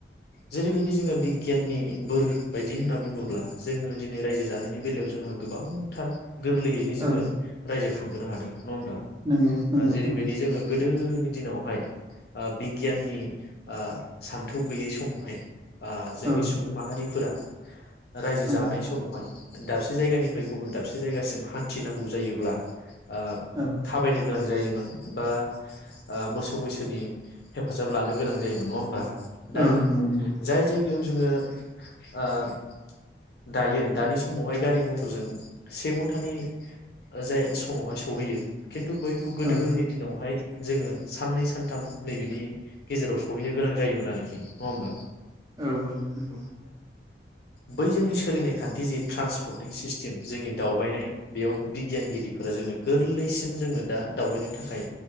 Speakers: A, on the left; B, on the right.
A: जेरैबायदि जोङो बिगियाननि बोर बायदि होनना बुङोब्ला जोङो दिनै रायजो जानायनि बेलायाव जोंहा गोबांथार गोरलैयैनो जोङो
B: औ
A: रायजो खांबोनो हादों नङा होमबा
B: नंगौ नंगौ
A: ओ जेरैबायदि
B: औ
A: जोङो गोदोनि दिनावहाय ओ बिगियाननि ओ सान्थौ गैयै समावहाय ओ जोंनि
B: औ
A: सुबुं माहारिफोरा रायजो जानाय
B: औ
A: समावहाय दाबसे जायगानिफ्राय गुबुन दाबसे जायगासिम हान्थिनांगौ जायोब्ला ओ
B: औ
A: थाबायनो गोनां जायोमोन बा ओ मोसौ मैसोनि हेफाजाब लानो गोनां जायोमोन नङा होमबा दा
B: औ नंगौ नंगौ
A: जायगायाव जोङो दायो दानि समावहाय गारि मथरजों से घन्टानि जाय समावहाय सहैयो खिन्थु बैखौ गोदोनि
B: औ औ
A: दिनावहाय जोङो साननै सानथाम नैबेनि गेजेराव सहैनो गोनां जायोमोन आरोखि नङा होनबा?
B: औ औ नंगौ
A: बै जोंनि सोलिनाय खान थि जि ट्रान्सपर्टिं सिस्टेम जोंनि दावबायनाय बेयाव बिगियानगिरिफोरा जोंनो गोरलै सिन जोंनो दा दावबायनो थाखाय